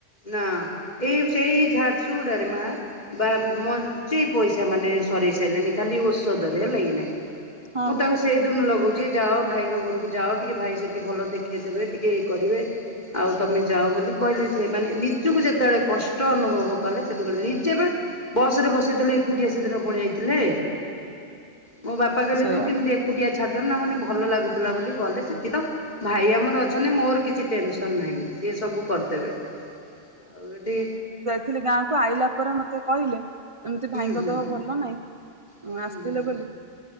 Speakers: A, on the left (about 40°); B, on the right (about 30°).
A: ନା ଏଇ ସେଇ ଝାରସୁଗଡାରେ ମା। ବା ମୋଞ୍ଚେ ପଇସା ମାନେ ସରି ସାରିଲେଣି ଖାଲି ଔଷଧରେ ହେଲା କି ନାହିଁ
B: ହଁ
A: ମୁଁ ତାଙ୍କୁ
B: ବା
A: ସେଇଦିନୁ ଲଗଉଗଛି ଯାଅ ଭାଇଙ୍କ ଘରକୁ ଯାଅ। ଟିକେ ଭାଇ ସେଠି ଭଲ ଦେଖେଇ ଦେେବେ ଟିକେ ଇଏ କରିବେ। ଆଉ ତମେ ଯାଅ ବୋଲି କହିଲେ ସେ ମାନେ ନିଜକୁ ଯେତେବେଳେ କଷ୍ଟ ଅନୁଭବ କଲେ ସେଠୁ କହିଲେ ନିଜେ ପା ବସ ରେ ବସେଇଦେଲେ ଏକୁଟିଆ ସେ ଦିନ ପଳେଇ ଆଇଥିଲେ। ମୋ ବାପା କହିଲେ
B: ସେଇଆ
A: ତୁ କେମିତି
B: ବା
A: ଏକୁଟିଆ ଛାଡିଦେଲୁ ନା ମାନେ ଭଲ ଲାଗୁଥିଲା ବୋଲି ଗଲେ ସେଠି ତ ଭାଇ ଆମର ଅଛନ୍ତି ମୋର କିଛି ଟେନସନ୍ ନାହିଁ ସଏ ସବୁ କରିଦେବେ, ଆଉ ଏଠି
B: ଥିଲି ଗାଁକୁ ଆଇଲା ପରେ ମତେ କହିଲେ? ଏମିତି
A: ହୁଁ
B: ଭାଇଙ୍କ
A: ହୁଁ
B: ଦେହ ଭଲ ନାହିଁ
A: ହୁଁ
B: ଆସିଥିଲେ
A: ହୁଁ।
B: ବୋଲି